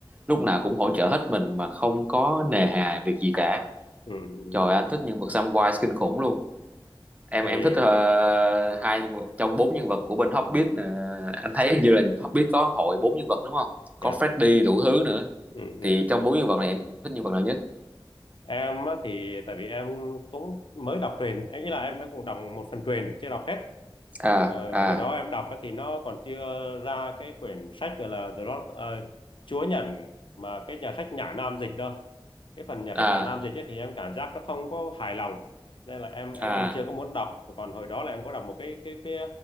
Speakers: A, on the right; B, on the left.
A: lúc nào cũng hỗ trợ hết mình mà không có nề hà việc gì cả
B: ừ, ừ.
A: trời anh thích nhân vật Samwise kinh khủng luôn em
B: thì
A: em thích ờ, hai trong bốn nhân vật của bên Hobbit ờ, anh thấy hình như là Hobbit có hội bốn nhân vật đúng không có
B: dạ
A: Freddy đủ thứ nữa
B: ừ, ừ.
A: thì trong bốn nhân vật này em thích nhân vật nào nhất
B: em á thì tại vì em cũng mới đọc truyền em nghĩ là em em cũng đọc một phần truyền chưa đọc hết
A: à
B: Ờ,
A: à
B: hồi đó em đọc á thì nó còn chưa ra cái quyển sách gọi là The Lord, ờ, Chúa Nhẫn mà cái nhà sách Nhã Nam dịch đâu cái phần nhà
A: à
B: sách Nhã Nam dịch ấy thì em cảm giác nó không có hài lòng nên là em em
A: à
B: em chưa có muốn đọc còn hồi đó là em có đọc một cái cái cái